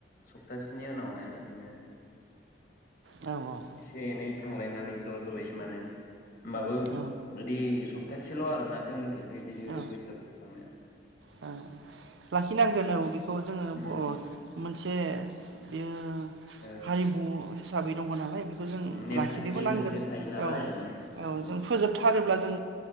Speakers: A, on the left (about 50°); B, on the right (about 80°).
A: सप्तासेनि उनावहाय इदिनो
B: औ औ
A: एसे एनै थांलायनानै ज' ज'यै मानो होमबाबो
B: औ
A: इदि सप्तासेल' आरोना जोंनिखैबो बिदिनो
B: औ
A: बैसागु खुंनाया
B: औ लाखिनांगोन औ बेखौ जोङो
A: उम
B: बर मोनसे बेयो
A: ओ
B: हारिमु साबै दं नालाय खौ जों
A: नेमखान्थि
B: लाखिनोबो नांगोन
A: मोनसे थायो नालाय
B: औ
A: ओं
B: औ
A: उम
B: जों फोजोबथारोब्ला जों